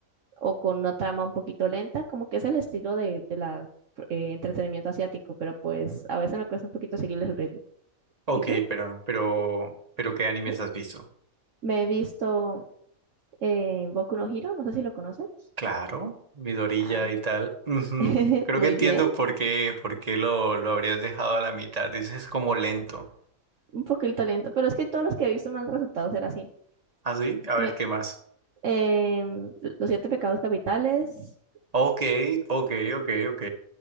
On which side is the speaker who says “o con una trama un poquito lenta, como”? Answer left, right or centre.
Right